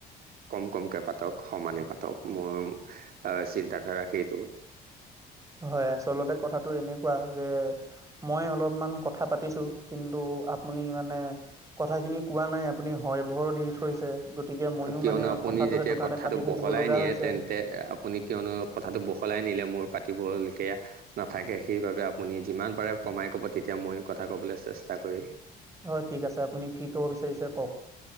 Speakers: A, on the right; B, on the right.
A: কম কমকৈ পাতক সমানে পাতক মই। হয় চিন্তাধাৰা সেইটো
B: হয় আচলতে কথাটো এনেকুৱা যে মই অলপমান কথা পাতিছো কিন্তু আপুনি মানে কথাখিনি কোৱা নাই আপুনি হয় ভৰ দি থৈছে। গতিকে ময়ো
A: কিয়নো
B: মানে
A: আপুনি
B: কথাটো
A: যেতিয়া
B: সেইটো কাৰণে
A: কথাটো
B: পাতি থাকিব
A: বহলাই
B: লগা
A: নিয়ে
B: হৈছে
A: তেন্তে আপুনি কিয়নো কথাটো বহলাই নিয়ে। মোৰ পাতিব সেয়া নাথাকে সেইবাবে আপুনি যিমান পাৰে কমাই ক'ব, তেতিয়া মই কথা কবলৈ চেষ্টা কৰিম।
B: অ ঠিক আছে আপুনি কি কব বিচাৰিছে কওক।